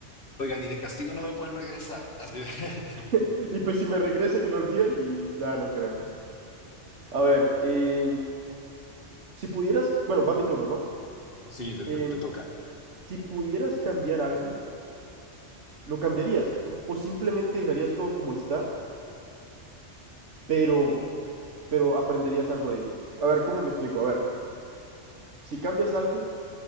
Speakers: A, on the left; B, on the right.
A: Oigan, y de castigo no me pueden regresar. Así de- <laughs>
B: <laughs> Y pues si me regresan y lo olvidan, y ya no creo, ¿eh? A ver, em, si pudieras, bueno, va mi turno, ¿no?
A: Sí, te,
B: Em,
A: te- te toca.
B: si pudieras cambiar algo, ¿Lo cambiarías? ¿O simplemente dejarías todo como está, pero, pero aprenderías algo de ello? A ver, ¿cómo me explico? A ver, si cambias algo,